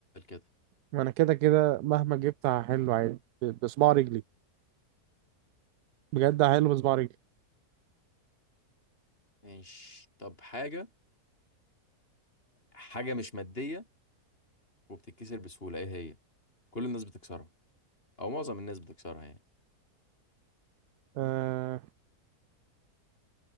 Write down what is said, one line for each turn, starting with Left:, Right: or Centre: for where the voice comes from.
Left: كده
Right: ما انا كده كده مهما جبت هحله عادي ب- بصباع رجلي بجد هحله بصباع رجلي
Left: ماشي طب حاجة حاجة مش مادية وبتتكسر بسهولة ايه هي؟ كل الناس بتكسرها او معظم الناس بتكسرها يعني
Right: أه